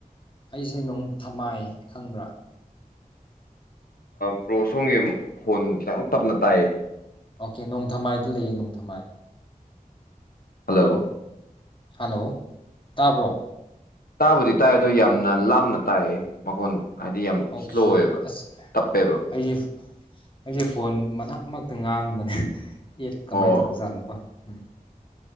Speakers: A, on the left; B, on the left.
A: ꯑꯩꯁꯦ ꯅꯣꯡꯊꯃꯥꯏ ꯈꯪꯕ꯭ꯔꯥ
B: ꯕ꯭ꯔꯣꯁꯣꯟꯒꯤ ꯈꯣꯟ ꯈꯤꯇꯪ ꯇꯞꯅ ꯇꯥꯏꯌꯦ
A: ꯑꯣꯀꯦ ꯅꯣꯡꯊꯃꯥꯏꯗ ꯂꯩꯌꯦ ꯅꯣꯡꯊꯝꯃꯥꯏ
B: ꯍꯜꯂꯣ
A: ꯍꯜꯂꯣ ꯇꯥꯕ꯭ꯔꯣ
B: ꯇꯥꯕꯨꯗꯤ ꯇꯥꯏ ꯑꯗꯣ ꯌꯥꯝꯅ ꯂꯥꯞꯅ ꯇꯥꯏ ꯃꯈꯣꯟ ꯍꯥꯏꯗꯤ ꯌꯥꯝ
A: ꯑꯣꯀꯦ
B: ꯏꯁ꯭ꯂꯣ ꯑꯣꯏꯕ
A: ꯑꯁ
B: ꯇꯞꯄꯦꯕ ꯌꯥꯝ
A: ꯑꯩꯁꯦ ꯑꯩꯁꯦ ꯐꯣꯟ ꯃꯅꯥꯛꯃꯛꯇ ꯉꯥꯡꯕꯅꯦ ꯑꯦꯞ ꯀꯃꯥꯏꯅ
B: ꯑꯣ
A: ꯇꯧꯕꯖꯥꯠꯅꯣꯀꯣ ꯎꯝ